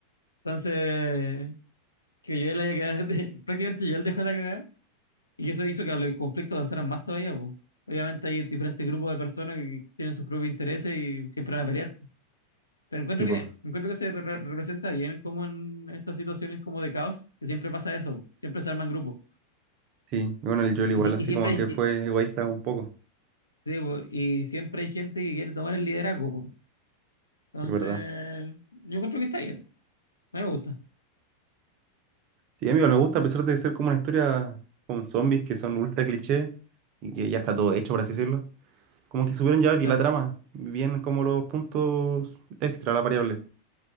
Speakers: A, on the left; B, on the right.
A: Entonces, que yo haya quedado. <laughs> Prácticamente yo él dejó la cagada y eso hizo que el conflicto avanzara más todavía, pues. Obviamente hay diferentes grupos de personas que tienen sus propios intereses y siempre van a pelear. Pero encuentro
B: tipo.
A: que, encuentro que se re- representa bien como en estas situaciones como de caos, que siempre pasa eso, siempre se arman grupos.
B: Sí. Bueno, el Joel
A: Y,
B: igual
A: si-
B: así
A: y siempre
B: como
A: hay,
B: que fue
A: y-
B: egoísta
A: si-
B: un poco.
A: sí, po, y siempre hay gente que quiere tomar el liderazgo. po. Entonces,
B: Es verdad.
A: yo encuentro que está bien, a mí me gusta,
B: Sí, amigo, me gusta a pesar de ser como una historia con zombies que son ultra cliché y que ya está todo hecho, por así decirlo. Como que supieron llevar bien
A: claro.
B: la trama, bien como los puntos extra, la variable.